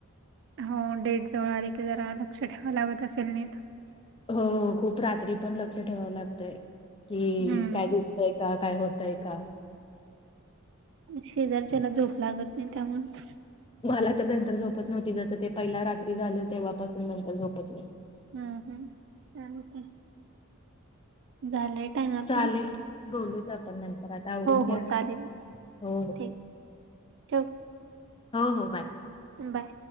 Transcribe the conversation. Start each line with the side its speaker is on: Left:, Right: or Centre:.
Right: हो डेट जवळ आली की जरा लक्ष ठेवाव लागत असेल नीट
Left: हो खूप रात्री पण लक्ष ठेवावं लागतय की
Right: हं.
Left: काय दुखतय का काय. य का <inaudible>
Right: शेजारच्याला झोप लागत नाही त्यामुळे.
Left: मला तर नंतर झोपच नव्हती जसं ते पहिला रात्री झालं तेव्हापासून नंतर झोपच नाही.
Right: हम्म हम्म काय होतंय. झालंय टाइम आप
Left: चालेल
Right: ना.
Left: बोलूत आपण नंतर आ आवरून घ्या
Right: हो चालेल
Left: हो हो
Right: ठीक ठेवू
Left: हो हो बाय.
Right: बाय.